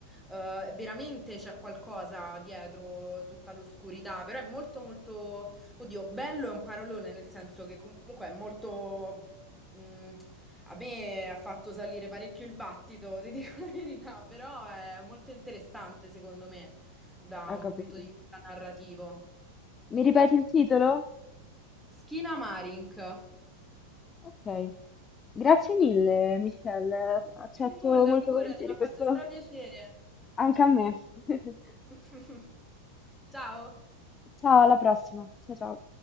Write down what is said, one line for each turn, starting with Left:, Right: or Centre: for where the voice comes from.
Centre: eh, veramente c'è qualcosa dietro tutta l'oscurità, però è molto molto, oddio, bello è un parolone nel senso che comunque è molto Mm, a me ha fatto salire parecchio il battito, ti <laughs> dico la verità, però è molto interessante secondo me da
Left: Ho
Centre: un
Left: capito.
Centre: punto di vista narrativo.
Left: Mi ripeti il titolo?
Centre: Schina Marink.
Left: Ok. Grazie mille, Michelle. Accetto
Centre: Di nulla,
Left: molto
Centre: figurati,
Left: volentieri
Centre: mi ha fatto
Left: questo
Centre: strapiacere.
Left: anche a me. <laughs>
Centre: <laughs> Ciao.
Left: Ciao, alla prossima. Ciao, ciao.